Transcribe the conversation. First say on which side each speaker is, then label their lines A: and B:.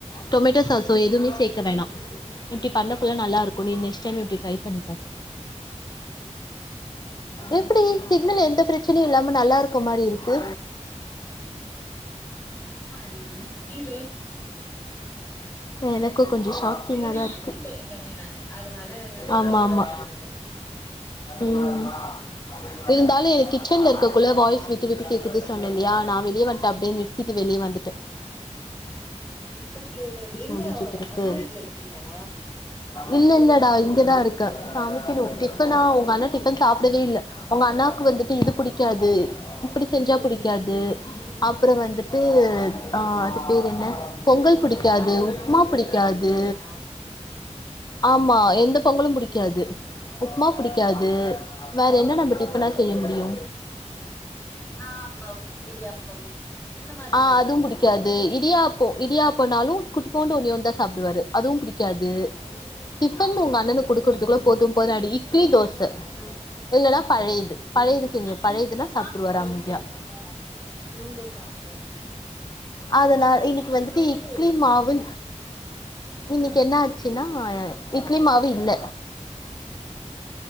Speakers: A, on the left; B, on the left.
A: டொமேட்டோ சாஸோ எதுமே சேக்க வேணா இப்டி பண்ணக்குள்ள
B: ம் ம்
A: நல்லாருக் கு நீ நெக்ஸ்ட் டைம் இப்டி ட்ரை பண்ணிப்பாரு
B: ம் ம் ட்ரை பண்றே
A: எப்படி சிக்னல் எந்த பிரச்சனையு இல்லாம நல்லா இருக்க மாரி இருக்கு
B: இது ந ஆ அது அப்புடிதா அ இது
A: எனக்கு கொஞ்ச
B: அது அப்டிதா
A: ஷாக்கிங்காதா
B: இது நார்மல்
A: இருக்கு
B: கோழி தானே அதனால அது
A: ஆமா
B: ப்ராப்ளம்
A: ஆமா
B: வராது ஆ
A: ம் இருந்தாலு எனக்கு கிச்சன்ல இருக்கக்குள்ள வாய்ஸ் விட்டு விட்டு கேக்குது சொன்ன இல்லையா நா வெளிய வன்ட்ட அப்டே நி றுத்திட்டு வெளிய வந்துட்டுட்ட
B: ஆ ஆமா இப்ப கிளியரா இருக்கு எங்க
A: முடிஞ்ச பிறகு
B: அம்மா வீட்ல இருக்கிங்ளா
A: இல்ல இல்லடா இங்கதா இருக்க சமைக்கணு டிஃபனா
B: ஆ
A: உங்க அண்ண டி ஃபன் சாப்டவே இல்ல உங்க அண்ணாக்கு வந்துட்டு இது பிடிக்காது இப்படி செஞ்சா புடிக்காது அப்புற வந்துட்டு
B: ஆ
A: ஆ அது பேரு என்ன பொங்கல் பிடிக்காது உப்மா பிடிக்காது
B: வெண் பொங்கலா
A: ஆமா
B: ஆ
A: எந்த பொங்கலும் பிடிக்காது உப்புமா புடிக்காது வேற என்ன நம்ம டிஃபனா செய்ய முடியு
B: ஆப்பம் இடியாப்பம் இந்த மாரி
A: ஆ
B: ட்ரை
A: அதும்
B: பண்ணுங்க
A: பிடிக்காது இடியாப்போ இடியாப்போனாலு குட்டிக்கூண்டு ஒன்னே ஒன்னுதா சாப்டுவாரு அதுவு பிடிக்காது டிஃபன்
B: அப்ப
A: உங்க
B: வந்து
A: அண்ணனுக்கு குடுக்குறதுக்குள்ள போது போதுன் ஆயிடு இட்லி தோச
B: ஆ
A: இல்ன்னா பழையது பழையது செஞ்ச
B: அது
A: பழையதுன்னா
B: இங்க சாப்டு
A: சாப்ட்ருவாரு
B: பழகிட்டாங்கல்ல
A: அமைதியா
B: இங்க சாப்டு
A: அதனா இன்னைக்கு வந்துட்டு
B: வந்து
A: இட்லி மாவு
B: ம் சொல்லுங்க
A: இன்னைக்கு என்னாச் சினா இட்லி மாவு இல்ல
B: ம்